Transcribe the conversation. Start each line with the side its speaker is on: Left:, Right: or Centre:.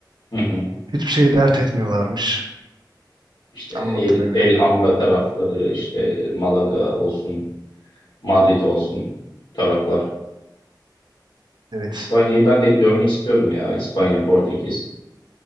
Left: Hı hı.
Right: Hiçbir şeyi dert etmiyorlarmış
Left: İşte El,
Right: anlattığına göre.
Left: El Hamra tarafları, işte Malaga olsun, Madrid olsun taraflar.
Right: Evet.
Left: İspanya'yı ben de görmek istiyorum ya. İspanya, Portekiz.